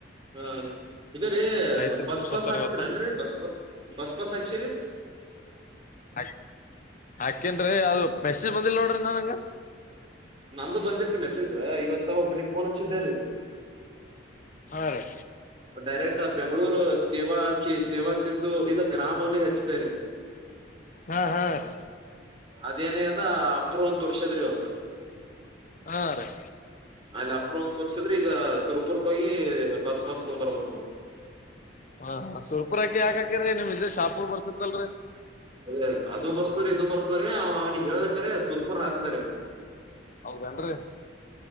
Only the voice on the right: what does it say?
ಹಾ ರೀ ಇದರಿೀ
ಬಸ್
ಪಾಸ್ ಹಾಕದ್ರನ್ರಿ
ಬಸ್ ಪಾಸ್ ಬಸ್ ಪಾಸ್ ಹಾಕ್ಸಿರಿ. <inaudible>
ನಂದು ಬಂದಿಲ್ರಿ ಮೆಸೇಜ್ ಇವತ್ತ ಒಬ್ಬಲಿ ಫೋನ್ ಹಚ್ಚಿದ್ದರಿ.
ಡೈರೆಕ್ಟ್ ಬೆಂಗಳೂರು. ಸೇವಾ ಕಿ ಸೇವಾ ಸಿಂಧು ಇಲ್ಲ ಗ್ರಾಮವನ್ನಿಗೆ ಹಚ್ಚಿದ್ದ ರಿ.
ಅದೇನ್ಯದ ಅಪರ್ವಂತ ತೋರ್ಷದ ಇವತ್ತ್.
ಅಲ್ಲಿ ಅಪ್ರೂವ್ ತೋರ್ಸಿದ್ರೆ ಈಗ ಸುರ್ಪುರ್ಕ ಹೋಗಿ ಬಸ್ ಪಾಸ್ ತಗೊಂಡ್ ಬರ್ಬೇಕಕ್ ನೋಡು.
ಅದೇ ಅದು ಬರ್ತರಿ ಇದು ಬರ್ತಾರೆ ಅವನಿಗೆ ಹೇಳದಕ್ರ ಸುರ್ಪುರ್ ಹಾಕ್ತಾ ರೀ.